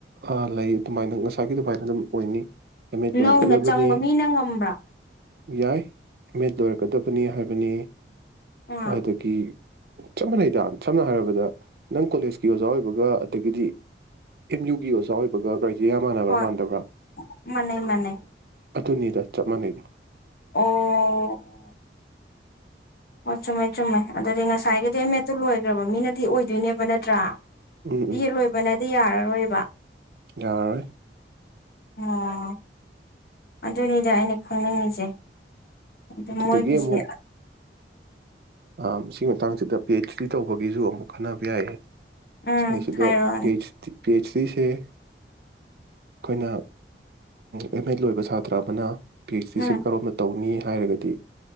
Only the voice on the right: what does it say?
ꯑꯥ ꯂꯩ ꯑꯗꯨꯃꯥꯏꯅ ꯉꯁꯥꯏꯒꯤ ꯑꯗꯨꯃꯥꯏꯅ ꯑꯗꯨꯝ ꯑꯣꯏꯅꯤ ꯑꯦꯝ ꯑꯦꯗ
ꯂꯣꯏꯔꯛꯀꯗꯕꯅꯤ
ꯌꯥꯏ ꯑꯦꯝ ꯑꯦꯗ ꯂꯣꯏꯔꯛꯀꯗꯕꯅꯤ ꯍꯥꯏꯕꯅꯤ
ꯑꯗꯨꯒꯤ ꯆꯞ ꯃꯥꯟꯅꯩꯗ ꯁꯝꯅ ꯍꯥꯏꯔꯕꯗ ꯅꯪ ꯀꯣꯂꯦꯖꯀꯤ ꯑꯣꯖꯥ ꯑꯣꯏꯕꯒ ꯑꯗꯒꯤꯗꯤ ꯑꯦꯝ ꯌꯨꯒꯤ ꯑꯣꯖꯥ ꯑꯣꯏꯕꯒ <unintelligible> ꯃꯥꯟꯅꯕ꯭ꯔ
ꯃꯥꯟꯗꯕ꯭ꯔ
ꯑꯗꯨꯅꯤꯗ ꯆꯞ ꯃꯥꯟꯅꯩꯗ
ꯎꯝ
ꯌꯥꯔꯣꯏ
ꯑꯗꯨꯗꯒꯤ
ꯑꯃꯨꯛ ꯑꯥ ꯁꯤꯒꯤ ꯃꯇꯥꯡꯁꯤꯗ ꯄꯤ ꯑꯩꯆ ꯗꯤ ꯇꯧꯕꯒꯤꯁꯨ ꯑꯃꯨꯛ ꯈꯟꯅꯕ ꯌꯥꯏꯌꯦ <unintelligible>
ꯄꯤ ꯑꯩꯆ ꯗꯤꯁꯦ ꯑꯩꯈꯣꯏꯅ ꯑꯦꯝ ꯑꯦꯗ ꯂꯣꯏꯕ ꯁꯥꯇ꯭ꯔ ꯑꯃꯅ ꯄꯤ ꯑꯩꯆ
ꯗꯤ ꯁꯤ ꯀꯔꯣꯝꯗ ꯇꯧꯅꯤ ꯍꯥꯏꯔꯒꯗꯤ